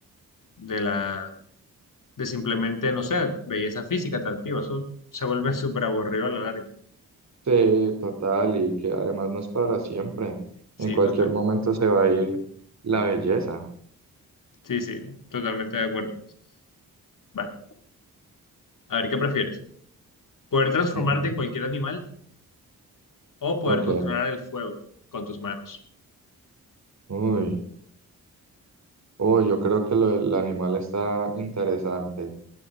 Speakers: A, on the left (about 60°); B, on the right (about 45°).
A: de la, de simplemente, no sé, belleza física atractiva. Eso se vuelve <laughs> súper aburrido a la larga.
B: Sí, total, y que además no es para siempre.
A: Sí,
B: En cualquier
A: total.
B: momento se va a ir la belleza.
A: Sí, sí, totalmente de acuerdo. Vale. A ver, ¿qué prefieres? ¿Poder transformarte
B: Ujú,
A: en cualquier animal o poder
B: Ok.
A: controlar el fuego con tus manos?
B: Uy. Uy, yo creo que lo del animal está interesante.